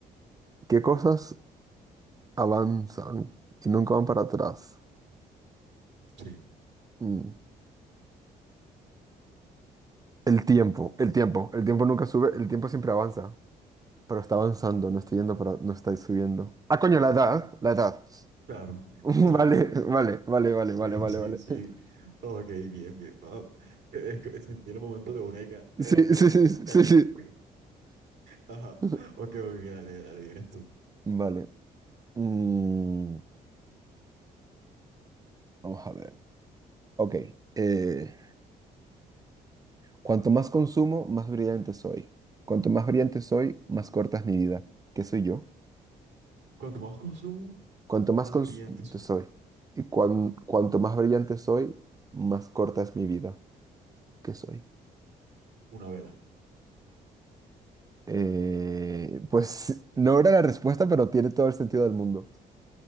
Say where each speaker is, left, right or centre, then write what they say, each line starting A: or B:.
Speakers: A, on the right; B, on the right.
A: ¿Qué cosas avanzan y nunca van para atrás?
B: Sí,
A: Mm. El tiempo, el tiempo. El tiempo nunca sube, el tiempo siempre avanza, pero está avanzando, no está yendo para, no está subiendo. Ah, coño, la edad, la edad. <laughs>
B: claro,
A: Vale,
B: claro.
A: vale, vale, vale, vale,
B: Sí,
A: vale,
B: sí,
A: vale.
B: sí.
A: <laughs>
B: Ok, bien, bien. Ah, es que sentí el momento de eureka en
A: Sí,
B: el que
A: sí, sí,
B: caíste.
A: sí, sí.
B: Ajá.
A: <laughs>
B: Ok, ok, dale, dale, vienes tú.
A: Vale. Mm, vamos a ver. Ok. eh, Cuanto más consumo, más brillante soy. Cuanto más brillante soy, más corta es mi vida. ¿Qué soy yo?
B: Cuanto más consumo,
A: Cuanto
B: más
A: más consumo
B: brillante soy.
A: soy. Y cuan- cuanto más brillante soy, más corta es mi vida. ¿Qué soy?
B: Una vela.
A: Eh, pues <laughs> no era la respuesta, pero tiene todo el sentido del mundo.